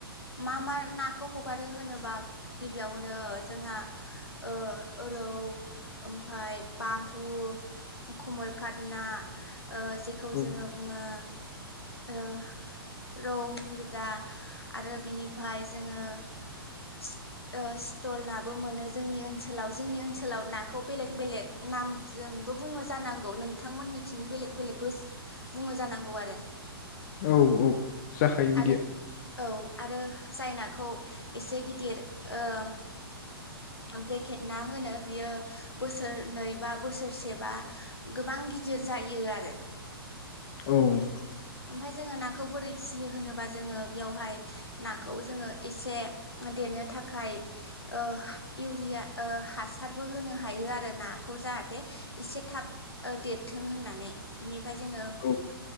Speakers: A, on the left; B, on the left.
A: मा मा नाखौ हगारो होनोबा गिबियावनो जोंहा ओ औ ओमफाय बाहु कमलकात ना ओ जेखौ
B: औ
A: जोङो बुङो ओ रौ मिरगा आरो बिनिफ्राय जोङो सि ओ स्टिल नाबो मोनो जोंनि ओनसोलाव जोंनि ओनसोलाव नाखौ बेलेग बेलेग ना नामजोंबो बुङो जानांगौ नोंथांमोननिथिं बेलेक बेलेकबो बुङो जानांगौ आरो
B: औ औ जाखायो
A: आरो
B: बिदिया
A: औ आरो जाय नाखौ एसे गिदिर ओ ब्रेकेट ना होनो बियो बोसोरनै बा बोसोरसेबा गोबां गि दिर जायो आरो
B: औ
A: ओमफ्राय जोङो नाखौ बोरै फिसियो होनोबा जोङो बेयावहाय नाखौ जोङो एसे देरनो थाखाय ओ इउरिया या ओ हासारबो होनो हायो आरो नाखौ जाहाथे एसे थाब ओ देरथों होनना नै बिनिफ्राय जोंडो
B: औ